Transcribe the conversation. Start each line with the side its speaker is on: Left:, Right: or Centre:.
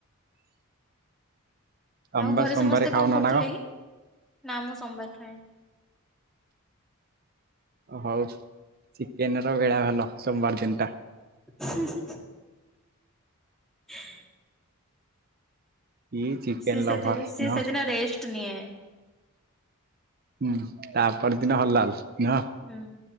Right: ତମେ
Centre: ଆଉ
Right: ବା
Centre: ଘରେ
Right: ସୋମବାର
Centre: ସମସ୍ତେ
Right: ଖାଉନ
Centre: କଣ କରୁଥିଲେକି
Right: ନା
Centre: ନାମୁଁ ସୋମବାର ଖାଏନି।
Right: ଓ ହଉ ଚିକେନର ବେଳା ଭଲ ସୋମବାର ଦିନଟା।
Centre: ହୁ ହୁ। <inaudible>
Right: ଇ ଚିକେନ୍
Centre: ସିଏ ସେ
Right: ଲଭର୍
Centre: ସିଏ
Right: ନୁହଁ।
Centre: ସେଦିନ ରେଷ୍ଟ ନିଏ
Right: ହୁଁ ତାପର ଦିନ ହଲଲ୍ ନୁହଁ?
Centre: ହୁଁ